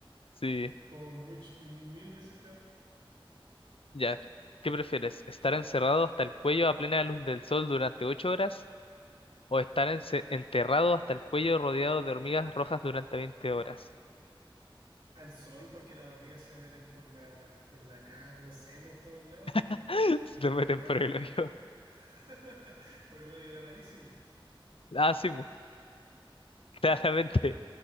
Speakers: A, on the left; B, on the right.
A: Sí.
B: como much- mil veces peor.
A: Ya, ¿qué prefieres? ¿Estar encerrado hasta el cuello a plena luz del sol durante 8 horas o estar ence- enterrado hasta el cuello rodeado de hormigas rojas durante veinte horas?
B: Al sol, porque las hormigas se me meten por la, por la cara, no sé, por todos lados y
A: <laughs> Se te meten
B: me da
A: por
B: como
A: el hoyo.
B: <laughs> por el hoyo de la nariz. y, pues,
A: Ah, sí, pu, <laughs> claramente.
B: Sí,